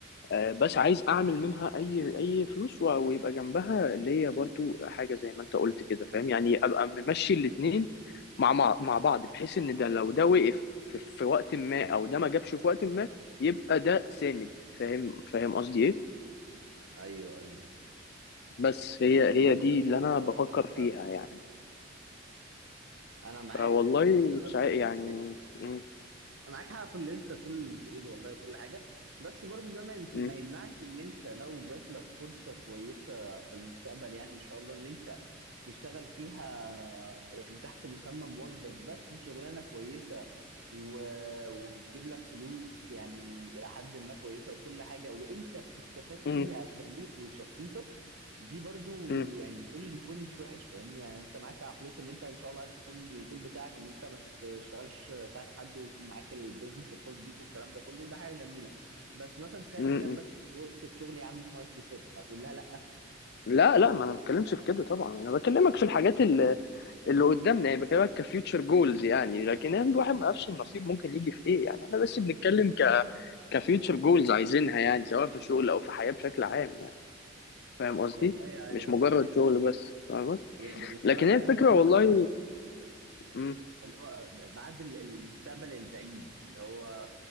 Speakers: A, on the left; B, on the right.
A: آه، بس عايز اعمل منها اي اي فلوس و- ويبقى جنبها اللي هي برضو حاجه زي ما انت قلت كده فاهم يعني ابقى ممشي الاتنين مع مع مع بعض بحيث ان ده لو ده وقف في, في وقت ما او ده ما جابش في وقت ما يبقى ده ساند فاهم فاهم قصدي ايه
B: ايوه ايوه
A: بس هي
B: والله
A: هي دي
B: يا اسطى
A: اللي انا بفكر
B: معاك
A: فيها
B: حق
A: يعني
B: أنا معاك
A: فوالله
B: بص بس
A: مش عا- يعني
B: يعني
A: م-
B: معاك حق في اللي انت كل اللي بتقوله والله وكل حاجه بس برضه ده ما ما
A: م-
B: يمنعش ان انت لو جات لك فرصه كويسه في المستقبل يعني ان شاء الله ان انت تشتغل فيها يعني تحت مسمى موظف بس شغلانه كويسه و- وبتجيب لك فلوس يعني الى حد ما كويسه وكل حاجه وانت بتستفاد
A: م-
B: فيها كليك ولشخصيتك دي برضو
A: م-
B: يعني جول يكون مش وحش فاهمني يعني انت معاك عقليه ان انت ان شاء الله عايز تكون الجول بتاعك ان انت ما تشتغلش تحت حد ويكون معاك البيزنس الخاص بيك والكلام ده كله ده حاجه جميله بس مثلا تخيل
A: م-
B: انت جات لك
A: م.
B: ش- فرصه شغل يا عم في مايكروسوفت هتقول لها لا
A: لا لا ما انا بتكلمش في كده طبعا انا بكلمك في الحاجات اللي, اللي قدامنا يعني بكلمك كفيوتشر جولز يعني لكن يعني الواحد ما يعرفش النصيب ممكن يجي في ايه يعني احنا بس بنتكلم ك كفيوتشر جولز عايزينها يعني سواء في شغل او في حياة بشكل عام يعني فاهم قصدي
B: والله يا ايوه
A: مش مجرد
B: معاك
A: شغل بس فاهمك
B: يا ب- بس
A: لكن
B: انا بتكلم
A: هي الفكرة
B: انت مثلا
A: والله م،
B: اللي هو ب- بعد ال- المستقبل البعيد اللي هو